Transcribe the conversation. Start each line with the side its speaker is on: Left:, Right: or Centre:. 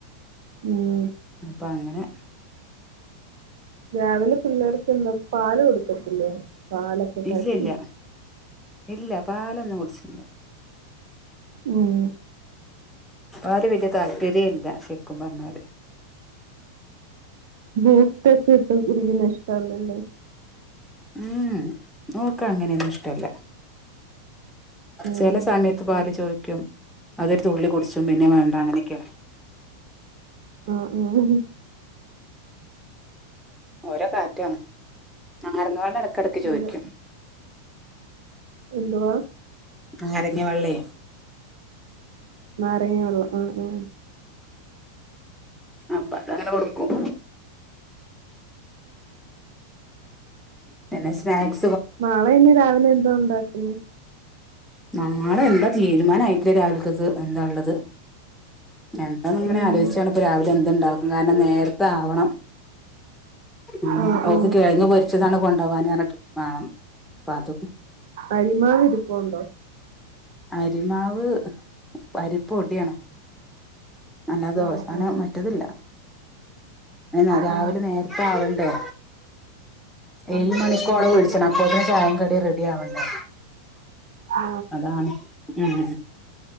Right: ഉം
Centre: അപ്പൊ അങ്ങനെ
Right: രാവിലെ പിള്ളേർക്ക് എന്താ പാല് കൊടുക്കത്തില്ലേ പാലൊക്കെ കാച്ചി
Centre: ഇല്ല ഇല്ല ഇല്ല പാലൊന്നും കുട്ച്ചില്ല.
Right: ഉം
Centre: പാല് വല്യ താല്പര്യേല്ല ശരിക്കും പറഞ്ഞാല്.
Right: ബൂസ്റ്റ് ഒക്കെ ഇട്ട് കുടിക്കുന്ന ഇഷ്ടല്ലല്ലേ
Centre: ഉം ഓക്കങ്ങനെയന്നും ഇഷ്ടല്ല
Right: ഉം
Centre: ചില സമയത്ത് പാല് ചോ ക്യും അതൊരു തുള്ളി കുടിച്ചും പിന്നെ വേണ്ട അങ്ങനെയൊക്കെയാണ്
Right: ആ ആ ഹ
Centre: ഓരോ കാറ്റാണ് ആറന്നോളു കെടക്ക് ചോദിക്കും
Right: അതെ എന്തുവാ
Centre: നാരങ്ങ വെള്ളേ
Right: നാരങ്ങ വള്ളം ആ ആ
Centre: അപ്പ അത അങ്ങനെ കൊടുക്കും. പിന്നെ സ്നാക്
Right: നാളെ ഇനിരാവിലെ എന്തോ ഉണ്ടാക്കും
Centre: നാളെ എന്താ തീരുമാനയിട്ടില്ല രാവിലക്കത്ത് എന്താള്ളത്. എന്താന്ന് ഇങ്ങനെ
Right: ഉം.
Centre: ആലോയിച്ചാണ് ഇപ്പ രാവിലെ എന്തുണ്ടാക്കും കാരണം നേരത്തെ ആവണം ഉം
Right: ആ
Centre: ഓക്ക്
Right: ആ.
Centre: കെഴങ്ങ് പൊരിച്ചതാണ് കൊണ്ടവാനർഞ്ഞിട്ട് വാണം പാതും
Right: അരിമാവ് ഇരിപ്പുണ്ടോ?
Centre: അരിമാവ് അരിപ്പൊടിയാണ് അന്നത്
Right: ആ
Centre: അവസാനം
Right: ആ.
Centre: മറ്റതില്ല. അ
Right: ആ.
Centre: രാവിലെ നേരത്തെ ആവണ്ടേ ഏഴ്
Right: അതെ.
Centre: മണിക്കോള
Right: ഉം
Centre: വിളിച്ചണം
Right: ഉം.
Centre: അപ്പോത്തിന് ചാ യിം കടി റെഡി ആവണ്ടേ?
Right: ആ.
Centre: അതാണ്. ഉം